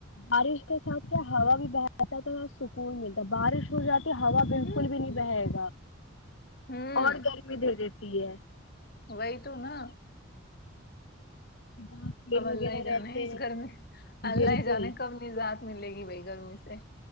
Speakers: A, on the left; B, on the left.
A: بارش کے ساتھ کیا ہوا بھی بہتا ہے تو سکون ملتا بارش ہو جاتی ہا بالکل
B: ہوں
A: بھی نہیں بہے گا
B: ہوں
A: اور گرمی دے دیتے یس
B: وہی تو نا
A: جہاں پیڑ
B: اب اللہ
A: وغیرہ
B: ہی جانے
A: رہتے
B: اس
A: ہیں
B: گھر میں اللہ
A: بالکل
B: جانے کب نہیں نظات ملے گی بھائی گرمی سے